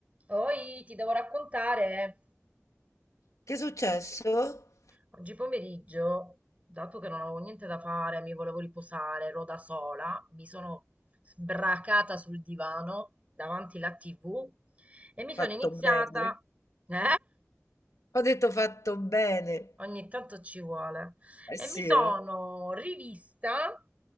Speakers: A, on the right (about 25°); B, on the left (about 85°).
A: Poi ti devo raccontare,
B: Che è successo?
A: oggi pomeriggio, dato che non avevo niente da fare, mi volevo riposare, ero da sola, mi sono sbracata sul divano davanti alla TV e mi
B: Fatto
A: sono iniziata,
B: bene.
A: eh?
B: Ho detto fatto bene.
A: Ogni tanto ci vuole.
B: Eh
A: E
B: sì,
A: mi sono
B: eh.
A: rivista